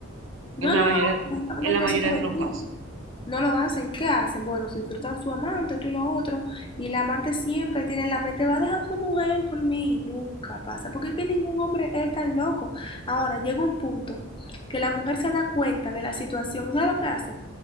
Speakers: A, on the left (about 25°); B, on the right (about 65°).
A: No,
B: en la
A: no
B: mayoría,
A: lo hacen. Justamente
B: en la mayoría
A: eso te lo
B: de
A: decía.
B: los casos.
A: No lo hacen, ¿qué hacen? Bueno, se disfrutan su amante, tú y lo otro, y la amante siempre tiene en la mente, va a dejar a su mujer por mí, y nunca pasa, porque es que ningún hombre es tan loco. Ahora, llega un punto que la mujer se da cuenta de la situación, ¿sabes lo que hace?